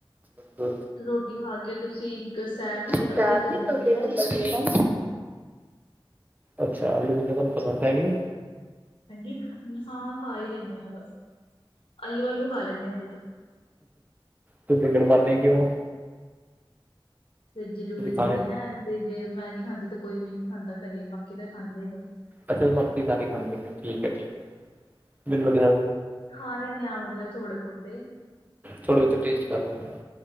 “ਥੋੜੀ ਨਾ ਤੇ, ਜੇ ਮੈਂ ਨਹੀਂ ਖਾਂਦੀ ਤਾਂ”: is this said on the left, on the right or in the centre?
Left